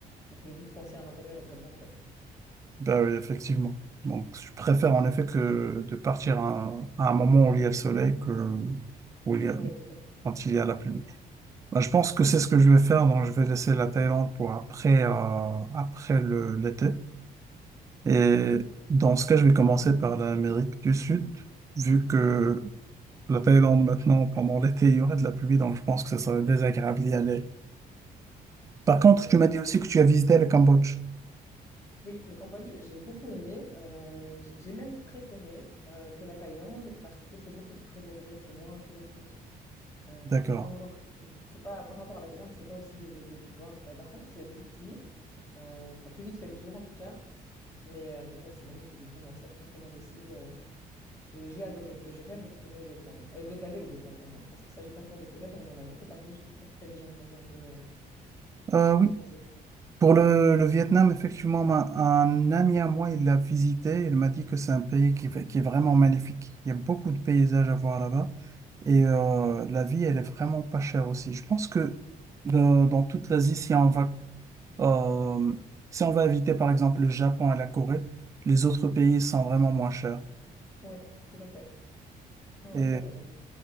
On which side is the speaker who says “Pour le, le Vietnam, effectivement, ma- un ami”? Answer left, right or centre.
Right